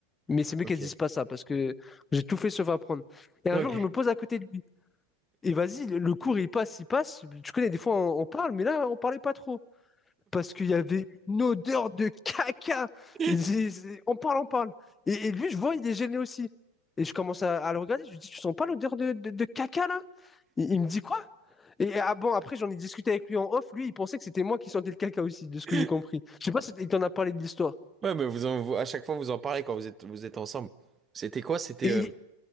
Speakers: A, on the left; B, on the right.
A: Mais c'est mieux
B: Ok.
A: qu'elle se dise pas ça parce que j'ai tout fait sauf apprendre. Et un
B: Ok.
A: jour je me pose à côté de lui. Et vas-y, le le cours il passe, il passe. Tu connais, des fois on on parle, mais là on parlait pas trop. parce qu'il y avait une odeur de caca.
B: <laughs>
A: C'est- c'est- On parle, on parle. Et, et lui, je vois, il est gêné aussi. Et je commence à, à le regarder, je lui dis, tu sens pas l'odeur de, de- de caca là? Il, il me dit quoi? Et ah bon, après j'en ai discuté avec lui en off, lui il pensait que c'était moi qui sentais le caca aussi, de ce que
B: Ouais.
A: j'ai compris. Je sais pas si il t'en a parlé de l'histoire.
B: Ouais, mais vous, en- vous- à chaque fois, vous en parlez quand vous êtes, vous êtes ensemble. C'était quoi? C'était,
A: Et
B: euh,